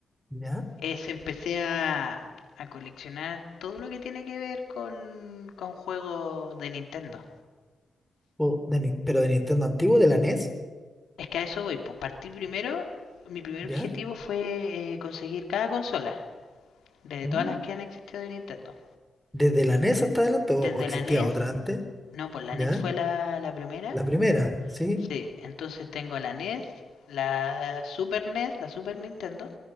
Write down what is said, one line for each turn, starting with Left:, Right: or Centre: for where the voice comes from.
Centre: ¿Ya?
Left: es empecé a, a coleccionar todo lo que tiene que ver con, con juegos de Nintendo.
Centre: ¿O de Ni- ¿Pero de Nintendo antiguo, de la NES?
Left: Es que a eso voy, pues partí primero, mi primer
Centre: ¿Ya?
Left: objetivo fue eh, conseguir cada consola, desde
Centre: ¿Mm?
Left: todas las que han existido de Nintendo.
Centre: ¿Desde la NES hasta adelante o,
Left: Desde
Centre: o existía
Left: la NES,
Centre: otra antes?
Left: no, pues la
Centre: ¿Ya?
Left: NES fue la, la primera,
Centre: La primera, ¿sí?
Left: Sí, entonces tengo la NES, la Super NES, la Super Nintendo.